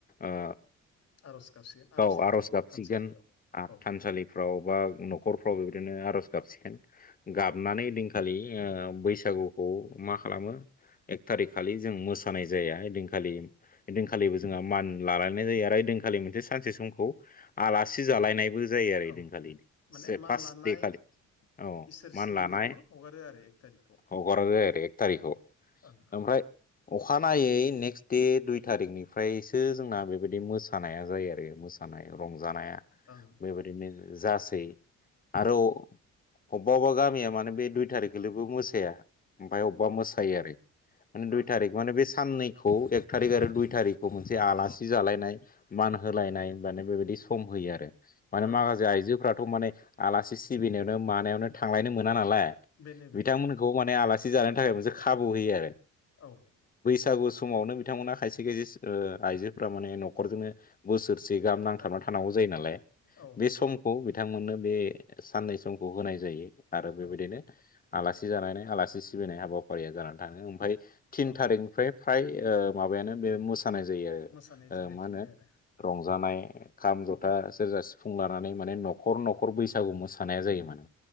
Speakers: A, on the left; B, on the left.
A: ओ
B: आर'ज गाबसिगोन
A: गाव
B: लागोन
A: आर'ज गाबसिगोन
B: थानसालियाव औ
A: थानसालिफ्राव बा न'खरफ्राव बे बायदिनो आर'ज गाबसिगोन गाबनानै ओइदिनखालि बैसागुखौ मा खालामो एक थारिक खालि जों मोासानाय जाया ओइदिनखालि ओइदिनखालिबो जोंहा मान लालायनाय जायो आरो ओइदिनखालि मोनसे सानसे समखौ आलासि जालायनायबो जायो ओइदिनखालि
B: औ माने मान
A: फार्स्ट
B: लानाय
A: दे खालि औ
B: इसोर
A: मान
B: सिबिनायावनो
A: लानाय
B: हगारो आरो एक थारिखखौ
A: हगारबाय आरो एक थारिखखौ
B: ओं ओं
A: ओमफ्राय अखानायै नेक्स्ट दे दुइ थारिखनिफ्रायसो जोंना
B: ओं
A: बेबायदि मोसानायखौ मोसानाया जायो आरो मोसानाय रंजानाया
B: औ ओं
A: बेबायदिनो जासै आरो
B: औ
A: अबबा अबबा गामिया माने बे दुइ थारिखखालिबो मोसाया ओमफाय
B: ओं
A: अबबा मोसायो आरो माने दुइ
B: ओं
A: थारिख माने बे साननैखौ एक थारि आरो दुइ थारिखौ मोनसे आलासि जालायनाय मान होलायनाय मान बेबायदि सम होयो आरो माने
B: ओं
A: माखासे
B: ओं
A: आइजोफ्राथ' माने आलासि सिबिनायावनो मानायावनो थांलायनो मोना नालाय
B: बेनो बेनो
A: बिथांमोनखौ
B: बेनो
A: माने आलासि जानायनि थाखाय मोनसे खाबु होयो आरो
B: औ
A: बैसागु समावनो बिथांमोना खायसे खायसे आइजोफोरा माने न'खरजोंनो बोसोरसे गाहाम
B: ओं
A: नांथाबना थानांगौ जायो नालाय
B: औ
A: बे समखौ
B: औ
A: बिथांमोननो बे साननै समखौ होनाय जायो आरो बेबायदिनो
B: ओं
A: आलासि जानानै आलासि सिबिनाय हाबाफारिया जानानै थाङो ओमफ्राय थिन
B: औ
A: थारिखनिफ्राय फ्राय माबायानो बे मोस खानाय जायो
B: मोसानाय जागायफिनबाय
A: मा होनो
B: आरो
A: रंजानाय खाम,
B: आं
A: जथा,
B: औ
A: सेरजा, सिफुं सुफुं लानानै माने न'खर न'खर बैसागु मोसानाया जायो माने